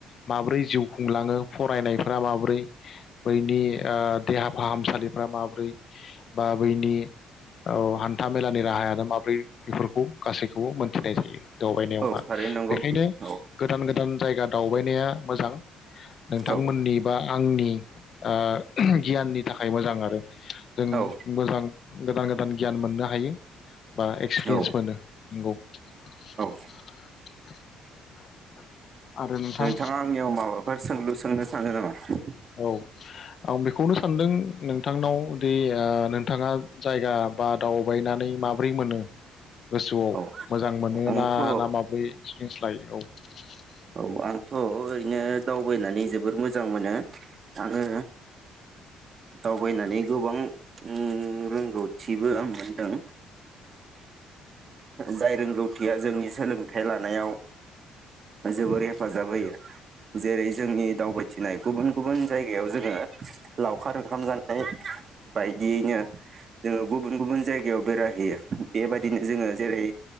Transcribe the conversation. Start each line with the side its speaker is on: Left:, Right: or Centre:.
Left: माब्रै जिउ खुंलाङो फरायनायफ्रा माबोरै बैनि ओ देहा फाहामसालिफ्रा माबोरै बा बैनि औ हान्था मेला नि राहायानो माब्रै बेफोरखौ गासैखौबो मोन्थिनाय जायो। दावबायनायावहा
Right: औ थारैनो नंगौ
Left: बेखायनो
Right: औ
Left: गोदान गोदान जायगा दावबायनाया मोजां। नोंथांमोननि
Right: औ
Left: बा आंनि ओ गियाननि थाखाय मोजां आरो जों
Right: औ
Left: मोजां गोदान गोदान गियान मोननो हायो। बा एक्सप्रियेन्स
Right: औ
Left: मोनो नंगौ। <unintelligible>
Right: औ
Left: आरो नोंथां
Right: नोंथाङा आंनियाव माबाफोर सोंलु सोंनो सानो नामा? <unintelligible>
Left: औ आं बेखौनो सानदों नों थांनाव दैया नोंथाङा जायगा बा दावबायनानै माब्रै मोनो? गोसोआव
Right: औ
Left: मोजां मोनो
Right: आंथ'
Left: ना ना माब्रै एक्सप्रियेन्स लायो औ। <unintelligible>
Right: औ आंथ' ओरैनो दावबायनानै जोबोर मोजां मोनो आङो दावबायनानै गोबां उम रोंगौथिबो आं मोनदों। जाय रोंगौथिया जोंनि सोलोंथाइ लानायाव जोबोर हेफाजाब होयो। जेरै जोंनि दावबायथिनाय गुबुन गुबुन जायगायाव जोङो लावखार ओंखाम जानाय बायदियैनो जोङो गुबुन गुबुन जायगायाव बेरायहैनायनि बेबा बिनो जोङो जेरै